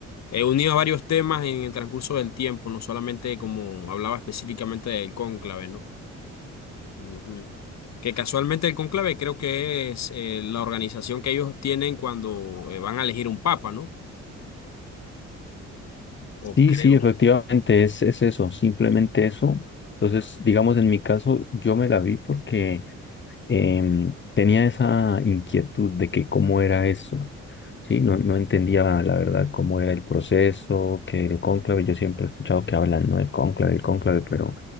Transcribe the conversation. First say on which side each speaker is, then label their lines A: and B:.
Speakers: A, on the left; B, on the left.
A: he unido varios temas en el transcurso del tiempo, no solamente como hablaba específicamente del cónclave, ¿no? Ujú. Que casualmente el cónclave creo que es eh, la organización que ellos tienen cuando eh, van a elegir un papa, ¿no? O
B: Sí,
A: creo.
B: sí, efectivamente, es, es eso, simplemente eso. Entonces, digamos, en mi caso, yo me la vi porque em, tenía esa inquietud de que cómo era eso, ¿sí? No, no entendía la verdad cómo era el proceso, que el cónclave, yo siempre he escuchado que hablan, ¿no? del cónclave, el cónclave, pero,